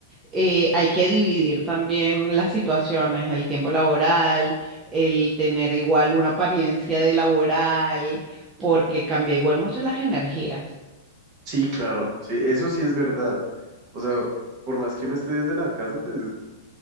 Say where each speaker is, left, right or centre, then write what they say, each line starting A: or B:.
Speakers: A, on the right; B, on the right.
A: eh, hay que dividir también las situaciones, el tiempo laboral, el tener igual una apariencia de laboral, porque cambia igual mucho las energías.
B: Sí, claro. Sí, eso sí es verdad. O sea, por más que uno esté desde la casa, pues